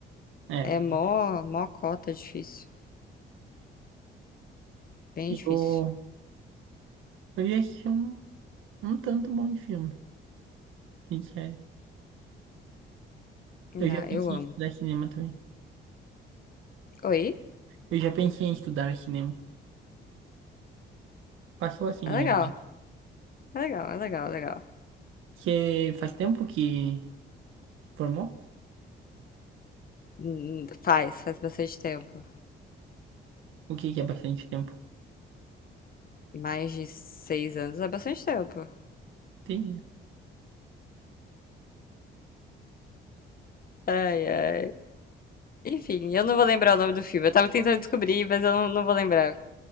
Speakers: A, on the right; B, on the left.
A: É.
B: É mó, mó cota difícil. Bem
A: Eu,
B: difícil.
A: eu já assisti um, um tanto bom de filme, sincero.
B: Não,
A: Eu já pensei
B: eu amo.
A: em estudar cinema também.
B: Oi?
A: Eu já pensei em estudar cinema. Passou assim
B: É
A: na
B: legal.
A: minha cabeça.
B: É legal, é legal, é legal.
A: Você faz tempo que formou?
B: Hum, Faz, faz bastante tempo.
A: O que que é bastante tempo?
B: Mais de seis anos é bastante tempo.
A: Tem.
B: Ai, ai. Enfim, eu não vou lembrar o nome do filme. Eu tava tentando descobrir, mas eu não, não vou lembrar.